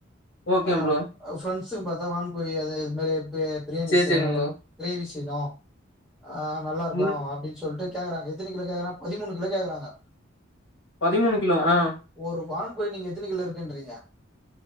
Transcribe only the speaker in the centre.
ஆ
ஃப்ரெண்ட்ஸுங்க பாத்தா வான்கோழிய அதே இது மாரி பி பிரியாணி
செய்னு
க்ரேவி செய்ணு ஆ நல்லா இருக்கு
அப்டின் சொல்ட்டு கேக்குறாங்க எத்தன கிலோ கேக்குறாங்க பதிமூணு கிலோ கேக்குறாங்க
ஒரு வான்கோழி நீங்க எத்தன கிலோ இருக்குன்றீங்க